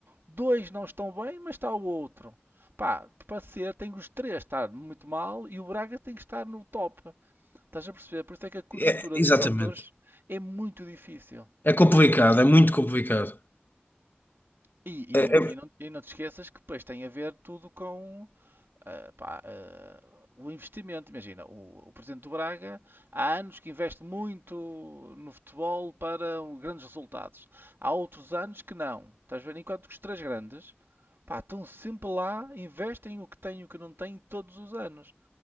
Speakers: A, on the right; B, on the left.
A: Dois não estão bem, mas está o outro. Pá, para ser, tem que os três estar muito mal e o Braga tem que estar no top. Estás a perceber? Por isso é que a conjuntura
B: É, exatamente.
A: de fatores é muito difícil.
B: É complicado, é muito complicado.
A: E, e,
B: É-
A: não,
B: é-
A: e, não, e não te esqueças que depois tem a ver tudo com ah, pá, ah, o investimento. Imagina, o, o presidente do Braga há anos que investe muito no futebol para um- grandes resultados. Há outros anos que não. Estás a ver? Enquanto que os três grandes pá, estão sempre lá, investem o que têm e o que não têm todos os anos.